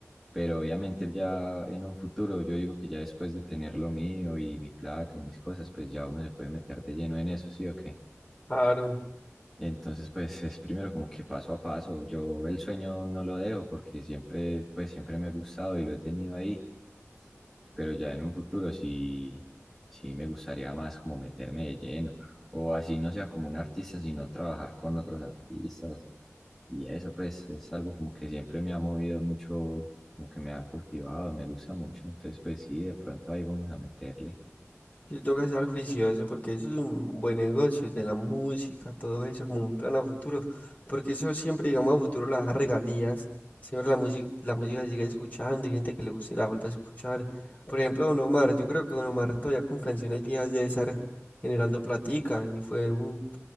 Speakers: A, in the centre; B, on the left.
A: pero obviamente ya en un futuro, yo digo que ya después de tener lo mío y mi plata y mis cosas, pues ya uno se puede meter de lleno en eso, ¿sí o qué?
B: Claro.
A: Entonces, pues es primero como que paso a paso. Yo el sueño no lo dejo porque siempre, pues siempre me ha gustado y lo he tenido ahí, pero ya en un futuro sí, sí me gustaría más como meterme de lleno. O así no sea como un artista, sino trabajar con otros artistas. Y eso pues es algo como que siempre me ha movido mucho, como que me ha cautivado, me gusta mucho. Entonces, pues sí, de pronto ahí vamos a meterle.
B: Sí, toca estar juicioso porque eso es un buen negocio, el de la música, todo eso, como un plan a futuro. Porque eso siempre, digamos, a futuro las regalías. Siempre la música, la música se sigue escuchando y gente que le guste la vuelve a escuchar. Por ejemplo, Don Omar, yo creo que Don Omar todavía con canciones viejas debe estar generando platica. Y fue un,